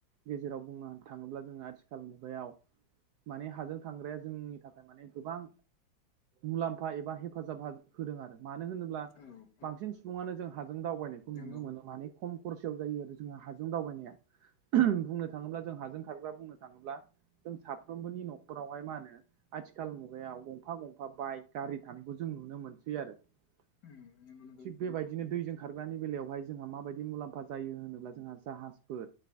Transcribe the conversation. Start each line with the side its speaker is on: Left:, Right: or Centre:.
Right: गेजेराव बुंनो थाङोब्ला जोङो आथिखाल मुगायाव माने हाजों थांग्राया जोंनि थाखाय माने गोबां मुलाम्फा एबा हेफाजाब होदों आरो मानो होनोब्ला
Left: उम औ
Right: बांसिन सुबुङानो जों हाजों दावबायनायखौ
Left: नंगौ
Right: नुनो मोनो माने खम खरसयाव जायो आरो जोंहा हाजों दावबायनाया बुंनो थाङोब्ला जों हाजों खारग्रा बुंनो थाङोब्ला जों साफ्रोमबोनि नखरावहाय मा होनो आथिखाल मुगायाव गंफा गंफा बाइक गारि थानायखौ जों जों नुनो मोनसै आरो
Left: उम नंगौ नंगौ
Right: बेबायदिनो दैजों खारग्रानि बेलायावहाय जोंहा माबायदि मुलाम्फा जायो होनोब्ला जोंहा जाहाजफोर